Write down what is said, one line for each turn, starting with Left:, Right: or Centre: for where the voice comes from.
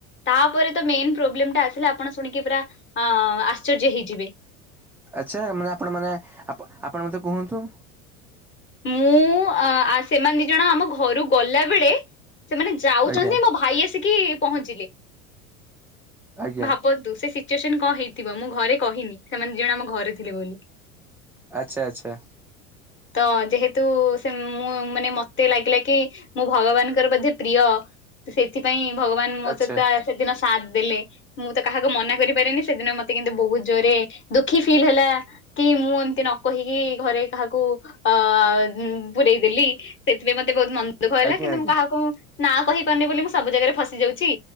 Left: ତାପରେ ତ ମେନ୍ ପ୍ରୋବ୍ଲେମ୍ ଟା ଆସିଲା ଆପଣ ଶୁଣିକି ପୁରା ଆ ଆଶ୍ଚର୍ଯ୍ୟ ହେଇଯିବେ।
Centre: ଆଚ୍ଛା ମାନେ ଆପଣ ମାନେ ଆପଣ ମତେ କୁହନ୍ତୁ।
Left: ମୁଁ ଆ ଆସେମାନେ ଦି ଜଣ ଆମ ଘରୁ ଗଲା ବଳେ ସେମାନେ ଯାଉଛନ୍ତି
Centre: ଆଜ୍ଞା
Left: ମୋ ଭାଇ ଆସିକି ପହଞ୍ଚିଲେ। <inaudible>
Centre: ଆଜ୍ଞା
Left: ସିଚ୍ୟୁଏସନ୍ କଣ ହେଇଥିବ ମୁଁ ଘରେ କହିନି ସେମାନେ ଦି ଜଣ ଆମ ଘରେ ଥିଲେ ବୋଲି।
Centre: ଆଚ୍ଛା ଆଚ୍ଛା।
Left: ତ ଯେହେତୁ ସେ ମୁଁ ମାନେ ମତେ ଲାଗିଲା କି ମୁଁ ଭଗବାନଙ୍କର ବୋଧେ ପ୍ରିୟ ସେଥିପାଇଁ ଭଗବାନ ମୋ
Centre: ଆଚ୍ଛା
Left: ସହିତ ସେଦିନ ସାଥ୍ ଦେଲେ ମୁଁ ତ କାହାକୁ ମନା କରିପାରେନି ସେଦିନ ମତେ କିନ୍ତୁ ବହୁତ୍ ଜୋରେ ଦୁଃଖୀ ଫିଲ୍ ହେଲା କି ମୁଁ ଏମିତି ନ କହିକି ଘରେ କାହାକୁ ଅ ପୁରେଇ ଦେଲି ସେଥିପାଇଁ ମତେ ବହୁତ୍ ମନ ଦୁଃଖ ହେଲା
Centre: ଆଜ୍ଞା
Left: କିନ୍ତୁ
Centre: ଆଜ୍ଞା।
Left: ମୁଁ କାହାକୁ ନାଁ କହିପାରୁନି ବୋଲି ମୁଁ ସବୁ ଜାଗାରେ ଫସି ଯାଉଛି